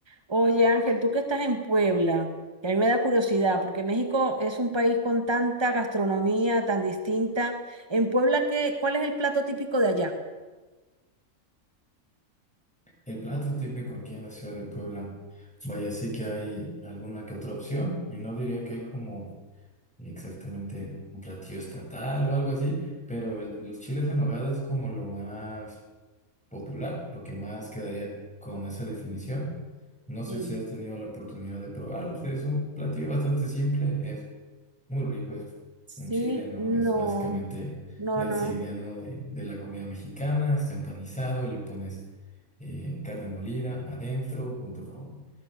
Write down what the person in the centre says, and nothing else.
El plato típico aquí en la ciudad de Puebla, vaya, sí que hay alguna que otra opción, y no diría que hay como exactamente un platillo estatal o algo así, pero el- los chiles en nogada es como lo más popular, lo que más quedaría con esa definición. No sé
si has tenido la oportunidad de probarlo, o sea, es un platillo bastante simple, muy rico, es
un chile, ¿no?
Es básicamente
la
insignia, ¿no? De, de la comida mexicana, está empanizado, le pones eh, carne molida adentro junto con